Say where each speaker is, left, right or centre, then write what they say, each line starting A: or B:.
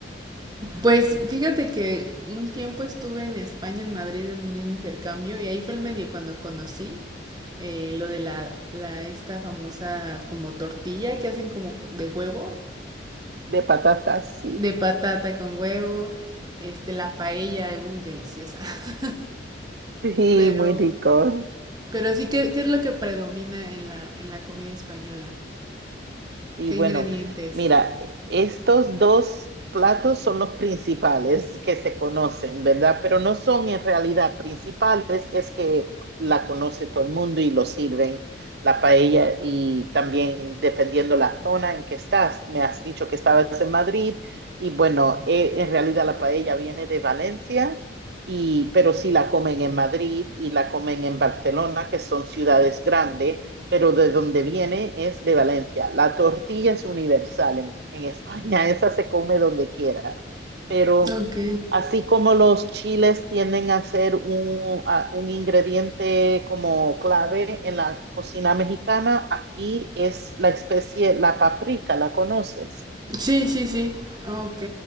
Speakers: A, on the right (about 20°); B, on the right (about 60°).
A: Pues fíjate que un tiempo estuve en España, en Madrid, en un intercambio y ahí fue el medio cuando conocí eh, lo de la, la esta famosa como tortilla que hacen como de huevo,
B: de patatas, sí.
A: de patata con huevo, este la paella, uy, deliciosa. <laughs>
B: Sí,
A: Pero,
B: muy rico.
A: pero sí, ¿qué, qué es lo que predomina en la, en la comida española?
B: Y
A: ¿Qué
B: bueno,
A: ingredientes?
B: mira, estos dos platos son los principales que se conocen, ¿verdad? Pero no son en realidad principales, es que la conoce todo el mundo y lo sirven la paella y también dependiendo la zona en que estás, me has dicho que estabas en Madrid y bueno, eh, en realidad la paella viene de Valencia. Y, pero sí la comen en Madrid y la comen en Barcelona, que son ciudades grandes, pero de donde viene es de Valencia. La tortilla es universal en, en España, <laughs> esa se come donde quiera, pero
A: Ok.
B: así como los chiles tienden a ser un, a- un ingrediente como clave en la cocina mexicana, aquí es la especie, la paprika, ¿la conoces?
A: Sí, sí, sí. Ok.